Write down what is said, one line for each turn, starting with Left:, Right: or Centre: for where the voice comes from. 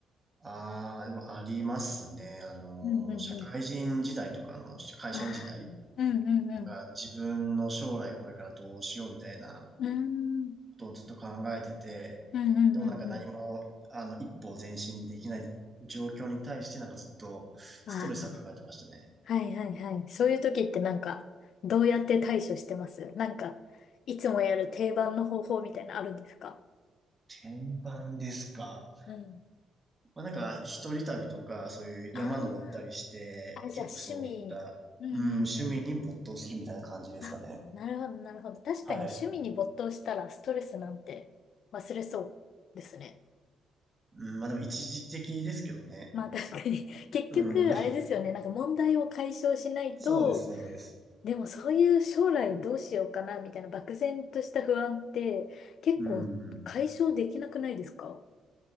Right: ああ、でもありますね。あの、
Left: うんうんうん。
Right: 社会人時代とか、あの、会社員時代。
Left: ああ、うんうんうん。
Right: なんか自分の将来これからどうしようみたいな
Left: うーん、
Right: ことをずっと考えてて、
Left: うんうんうんうん。
Right: でもなんか何も、あの、一歩前進できない状況に対してなんかずっとストレスは抱えてましたね。
Left: ああ、はいはいはい。そういう時ってなんか、どうやって対処してますなんか、いつもやる定番の方法みたいなのあるんですか
Right: 転板ですか。
Left: うん。
Right: まあ、なんか、一人旅とか、そういう山登ったりして、
Left: ああ、あ、じゃあ趣味。
Right: 結構そういった、
Left: うんうんうん。
Right: うん、趣味に没頭するみたいな感じですかね。
Left: あ、なるほど、なるほど。確かに趣味に没頭したらストレスなんて忘れそ
Right: はい。
Left: うですね。
Right: うん、まあでも一時的ですけどね。
Left: まあ確かに <laughs> 結局、
Right: うん。
Left: あれですよね。なんか問題を解消しないと、
Right: <laughs> そうです、そうです。
Left: でもそういう将来どうしようかなみたいな漠然とした不安って結構解消できなくないですか
Right: うん。